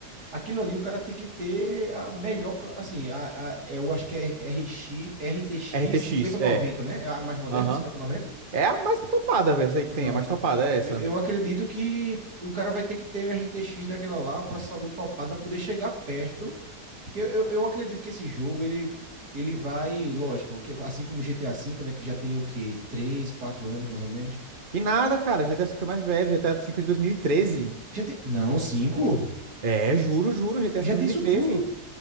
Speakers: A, on the right (about 80°); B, on the right (about 35°).
A: aquilo ali o cara tem que ter a melhor, pla- assim, a, a- é, eu acho que é RX, RTX
B: RTX,
A: noventa
B: é.
A: né? É A mais moderna,
B: Aham.
A: cinquenta noventa
B: É a mais topada, velho, essa aí que
A: Pronto.
B: tem. A mais topada é essa.
A: Eu, eu acredito que o cara vai ter que ter RTX daquela lá, processador topado, para poder chegar perto, porque eu, eu acredito que esse jogo, ele, ele vai, lógico, que assim como o GTA V, né, que já tem o quê? três 4 anos, mais ou menos.
B: E nada, cara. GTA V é mais velho. GTA V de dois mil e treze
A: Já tem, não, cinco
B: É, juro, juro. GTA
A: Já
B: V de
A: tem
B: dois
A: isso
B: mil e treze
A: tudo?